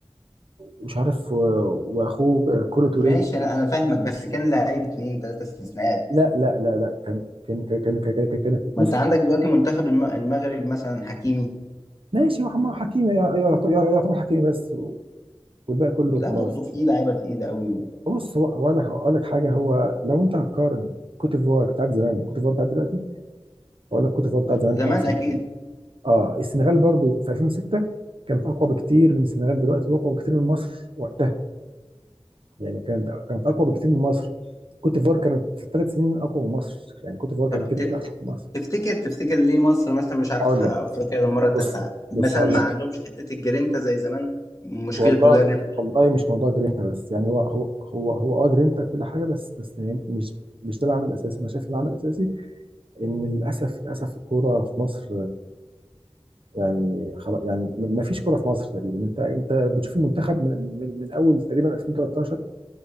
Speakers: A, on the right; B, on the left.
A: ومش عارف و... واخوه آه، كولو توريه
B: ماشي انا انا فاهمك بس كان لعيب اتنين تلاتة استثناءات
A: لا لا لا لا كان كان كان كان كان, كان...
B: ما
A: بص
B: انت عندك دلوقتي منتخب الم- المغرب مثلا حكيمي
A: ماشي هو عمار حكيمي يا- يا- يا- يعتبر حكيمي بس والباقي كله
B: لا
A: خلاص
B: برضه في لعيبه تقيله قوي و...
A: بص هو اقول لك اقول لك حاجه هو لو انت هتقارن كوت ديفوار بتاعت زمان كوت ديفوار بتاعت دلوقتي اقول لك كوت ديفوار بتاعت زمان
B: زمان
A: كان احسن
B: اكيد
A: بكتير اه السنغال برضو في 2006 كانت اقوى بكتير من السنغال دلوقتي واقوى بكتير من مصر وقتها يعني كانت كانت اقوى بكتير من مصر كوت ديفوار كانت في ثلاث سنين اقوى من مصر يعني كوت ديفوار كانت
B: طب
A: كده
B: ت-
A: كده اقوى من مصر
B: تفتكر تفتكر ليه مصر مثلا مش عارفه
A: اقول
B: تحقق
A: لك
B: افريقيا للمره التاسعه
A: بص بص
B: مثلا
A: هقول
B: ما
A: لك
B: عندهمش حته الجرينتا زي زمان مشكله
A: والله
B: مدرب
A: والله مش موضوع جرينتا بس يعني هو هو هو هو اه جرينتا كل حاجه بس بس يعني مش مش ده العامل الاساسي انا شايف العامل الاساسي ان للاسف للاسف الكوره في مصر يعني خلاص يعني ما فيش كوره في مصر تقريبا انت انت بتشوف المنتخب من من, من اول تقريبا 2013